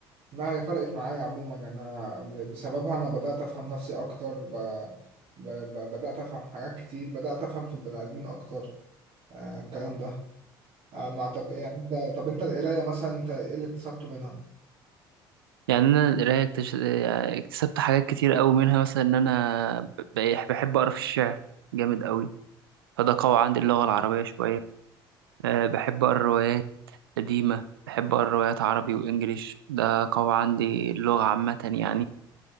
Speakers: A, on the right; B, on the right.
A: لا هي فرقت معايا عموما يعني انا بسببها انا بدات افهم نفسي اكتر ب... ب... ب... بدات افهم حاجات كتير بدات افهم في البني ادمين اكتر آه الكلام ده آه ما أعتقد- يعني انت طب انت القرايه مثلا انت ايه اللي اكتسبته منها
B: يعني انا القرايه اكتش... يعني اكتسبت حاجات كتير قوي منها مثلا ان انا ب- بح- بحب اقرا في الشعر جامد قوي فده قوي عندي اللغه العربيه شويه أه بحب اقرا روايات قديمه بحب اقرا روايات عربي وانجليش ده قوي عندي اللغه عامه يعني